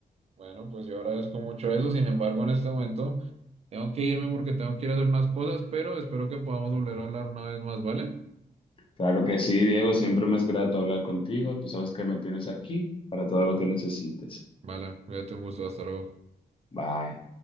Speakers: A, on the right; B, on the left.
A: Bueno, pues yo agradezco mucho eso. Sin embargo, en este momento tengo que irme porque tengo que ir a hacer unas cosas, pero espero que podamos volver a hablar una vez más, ¿vale?
B: Claro que sí, Diego, siempre me es grato hablar contigo. Tú sabes que me tienes aquí para todo lo que necesites.
A: Vale, cuídate, un gusto, hasta luego.
B: Bye.